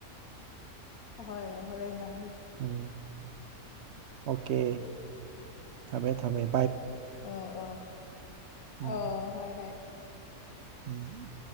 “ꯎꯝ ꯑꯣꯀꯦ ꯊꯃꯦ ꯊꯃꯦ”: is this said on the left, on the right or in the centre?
Right